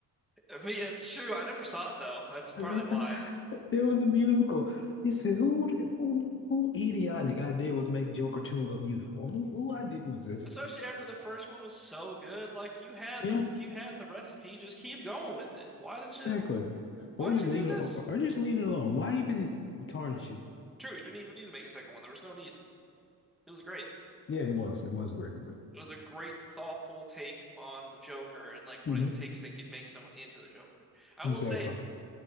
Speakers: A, in the centre; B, on the left.
A: I mean, it's true. I never saw it though. That's partly
B: <laughs>
A: why.
B: It was a musical. He said, "Who, who, who idiotic idea was make Joker two a musical? Who, who idea was this?"
A: Especially after the first one was so good, like you had
B: Yeah,
A: the you had the recipe, just keep going with it. Why did
B: exactly.
A: you why
B: Or just
A: did you
B: leave
A: do this?
B: it, or just leave it alone. Why even tarnish it?
A: True, you didn't even need to make a second one. There was no need. It was great.
B: Yeah, it was. It was a great movie.
A: It was a great, thoughtful take on the Joker and like what
B: hmm
A: it takes to get make someone into the Joker. I
B: Exactly.
A: will say,
B: <laughs>